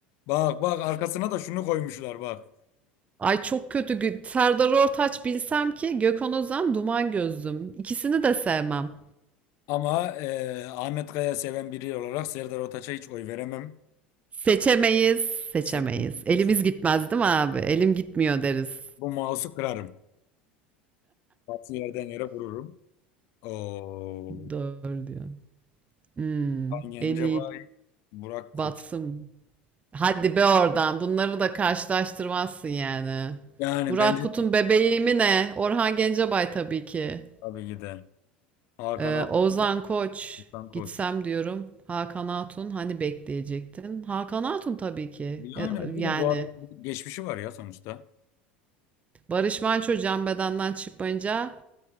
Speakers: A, on the left (about 60°); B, on the right (about 25°).
A: Bak bak arkasına da şunu koymuşlar bak.
B: Ay çok kötü. Gü- Serdar Ortaç bilsem ki Gökhan Özen Duman Gözlüm. İkisini de sevmem.
A: Ama e, Ahmet Kaya seven biri olarak Serdar Ortaç'a hiç oy veremem.
B: Seçemeyiz. Seçemeyiz.
A: Seçmen olabilir.
B: Elimiz gitmez değil mi abi? Elim gitmiyor deriz.
A: Bu mouse'u kırarım. Bazı yerden yere vururum. Oo.
B: Doğru diyor. Hmm,
A: Hakan Gencebay,
B: en iyi
A: Burak
B: batsın.
A: Kut.
B: Hadi be oradan. Bunları da karşılaştırmazsın yani.
A: Yani
B: Burak
A: bence
B: Kut'un bebeği mi ne? Orhan Gencebay tabii ki.
A: tabii ki de. Hakan
B: Ee,
A: Altun.
B: Ozan Koç
A: Hakan Koç.
B: gitsem diyorum. Hakan Hatun hani bekleyecektin? Hakan Hatun tabii ki.
A: Yani
B: Ya-
A: bence
B: Yani
A: de bu adamın geçmişi var ya sonuçta.
B: Barış Manço can bedenden çıkmayınca